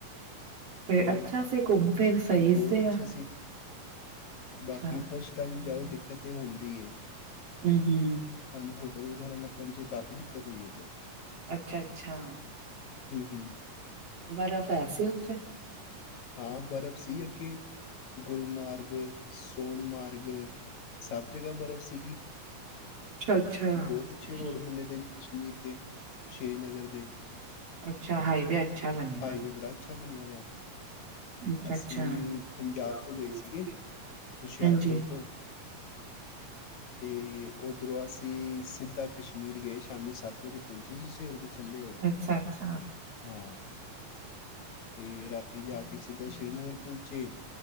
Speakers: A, on the right; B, on the left.
A: ਫਿਰ
B: ਹੋਰ
A: ਅੱਛਾ ਸੀ, ਘੁੰਮ-ਫਿਰ ਸਹੀ
B: ਬਹੁਤ
A: ਸੀਗਾ
B: ਅੱਛਾ
A: <unintelligible> ਅੱਛਾ
B: ਬਾਕੀ ਫਸਟ ਟਾਈਮ ਜਾਓ, ਦਿੱਕਤ ਤੇ ਹੁੰਦੀ ਏ।
A: ਹਮ, ਹਮ।
B: ਸਾਨੂੰ ਹੋਟਲ ਵਗੈਰਾ ਲੱਭਣ 'ਚ ਕਾਫ਼ੀ ਦਿੱਕਤ ਹੋਈ ਉੱਧਰ।
A: <inaudible> ਅੱਛਾ, ਅੱਛਾ!
B: ਹਮ, ਹਮ!
A: ਬਰਫ਼ ਹੈ ਸੀ ਉੱਥੇ?
B: ਹਾਂ, ਬਰਫ਼ ਸੀ ਅੱਗੇ। ਗੁਲਮਾਰਗ, ਸੋਨਮਾਰਗ, ਸਭ ਜਗ੍ਹਾ ਬਰਫ਼ ਸੀਗੀ।
A: ਅੱਛਾ-ਅੱਛਾ।
B: ਬਹੁਤ ਅੱਛੇ
A: ਅੱਛਾ
B: ਰੋਡ ਬਣੇ ਦੇ ਨੇ ਕਸ਼ਮੀਰ ਦੇ, ਸ਼੍ਰੀਨਗਰ ਦੇ!
A: ਅੱਛਾ, ਹਾਈਵੇ ਅੱਛਾ ਬਣਿਆ!
B: ਹਾਈਵੇ ਬੜਾ ਅੱਛਾ ਬਣਿਆ ਦਾ ਹੈ।
A: ਅੱਛਾ,
B: ਅਸੀਂ
A: ਅੱਛਾ! ਪੰਜਾਬ ਤੋਂ
B: ਗਏ ਸੀਗੇ
A: <unintelligible>
B: ਹੁਸ਼ਿਆਰਪੁਰ
A: ਹਾਂਜੀ!
B: ਤੋਂ ਤੇ ਉੱਧਰੋਂ ਅਸੀਂ ਸਿੱਧਾ ਕਸ਼ਮੀਰ ਗਏ, ਸ਼ਾਮੀ ਸੱਤ ਵਜੇ ਪਹੁੰਚੀ ਸੀ ਸਵੇਰ ਦੇ! ਚੱਲੇ ਹੋਏ
A: ਅੱਛਾ, ਅੱਛਾ!
B: ਹਾਂ, ਤੇ ਰਾ ਰਾਤੀ ਜਾ ਕੇ ਸਿੱਧਾ ਸ਼੍ਰੀਨਗਰ ਪਹੁੰਚੇ,